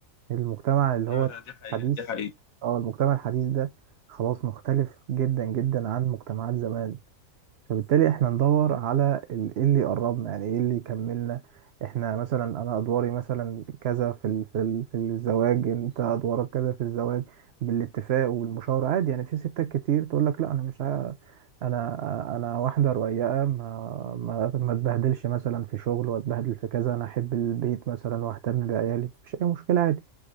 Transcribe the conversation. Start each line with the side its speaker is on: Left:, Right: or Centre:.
Right: المجتمع اللي
Left: لا
Right: هو
Left: لا دي حقيقة
Right: الحديث
Left: دي حقيقة
Right: اه المجتمع الحديث ده خلاص مختلف جدا جدا عن مجتمعات زمان فبالتالي احنا ندور على ال- ايه اللي يقربنا يعني ايه اللي يكملنا احنا مثلا انا ادواري مثلا كذا في ال- في ال- في الزواج انت ادوارك كذا في الزواج بالاتفاق والمشاورة عادي يعني في ستات كتير تقول لك لا انا مش عا- انا انا واحدة رقيقة ما ما ما اتبهدلش مثلا في شغل واتبهدل في كذا انا احب البيت مثلا واهتم بعيالي مفيش اي مشكلة عادي